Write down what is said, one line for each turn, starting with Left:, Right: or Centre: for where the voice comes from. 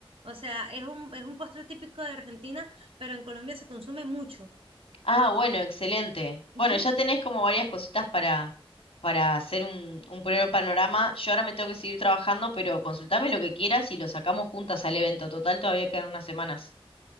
Right: O sea, es un, es un postre típico de Argentina, pero en Colombia se consume mucho.
Left: ah, bueno, excelente. Bueno,
Right: Ujú.
Left: ya tenés como varias cositas para, para hacer un, un primer panorama. Yo ahora me tengo que seguir trabajando, pero consultame lo que quieras y lo sacamos juntas al evento. Total, todavía quedan unas semanas.